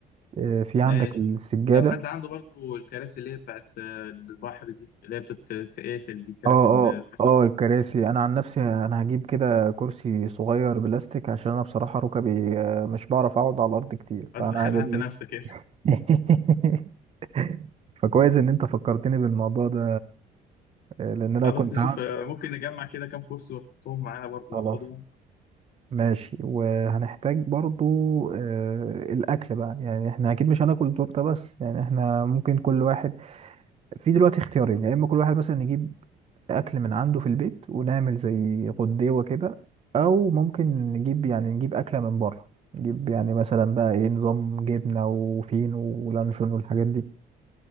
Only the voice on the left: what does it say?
ماشي
لو حد عنده برضه الكراسي اللي هي بتاعت آه، البحر دي اللي هي بتتقافل دي الكراسي
اللي
انت
خلعت
نفسك انت
خلاص
نشوف
آه، ممكن نجمع كده كام كرسي ونحطهم معانا برضو
ناخدهم